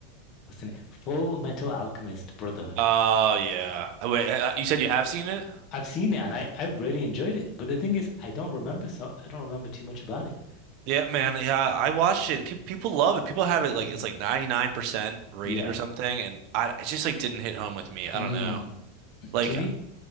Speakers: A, on the left; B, on the right.
A: what's the name? Full Metal Alchemist Brotherhood.
B: Oh yeah. Oh, Wait, uh, you said you have seen it?
A: I've seen it and I I really enjoyed it, but the thing is, I don't remember so I don't remember too much about it.
B: Yeah, man. Yeah, I watched it. And pe people love it. People have it like
A: Mhm.
B: it's like 99% rated
A: Yeah.
B: or something, and I it just like didn't hit home with me. I
A: Mm.
B: don't know. Like
A: To me,